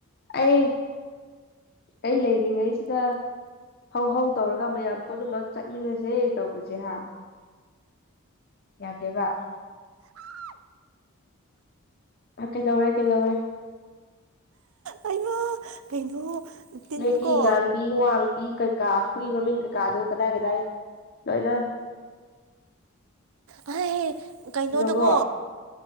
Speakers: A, on the left (about 45°); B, on the right (about 70°).
A: ꯑꯩ ꯑꯩ ꯂꯩꯔꯤꯉꯩꯁꯤꯗ ꯍꯧ ꯍꯧ ꯇꯧꯔꯒ ꯃꯌꯥꯝ ꯄꯨꯝꯅꯃꯛ ꯆꯠꯃꯤꯟꯅꯁꯦ ꯇꯧꯕꯁꯦ ꯍꯥ ꯌꯥꯗꯦꯕ ꯑ ꯀꯩꯗꯧꯔꯦ ꯀꯩꯗꯧꯔꯦ
B: ꯑꯩꯅ ꯀꯩꯅꯣ ꯇꯤꯟꯀꯣ
A: ꯂꯩꯒꯤ ꯉꯥꯡꯕꯤ ꯋꯥꯡꯕꯤ ꯀꯀꯥ ꯍꯨꯏ ꯃꯃꯤꯡ ꯀꯀꯥꯗꯣ ꯀꯗꯥꯏ ꯀꯗꯥꯏ ꯅꯣꯏꯅ
B: ꯍꯥꯏ ꯀꯩꯅꯣꯗꯀꯣ
A: ꯏꯈ꯭ꯔꯕꯣ